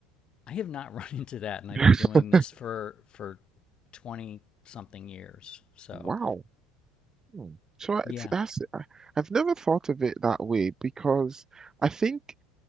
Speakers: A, on the left (about 40°); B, on the right (about 25°).
A: i have not <laughs> run into that and
B: <laughs>
A: i've been doing this for for 20 something years so
B: Wow. Hmm. So I-
A: yeah
B: t- that's I, I've never thought of it that way because I think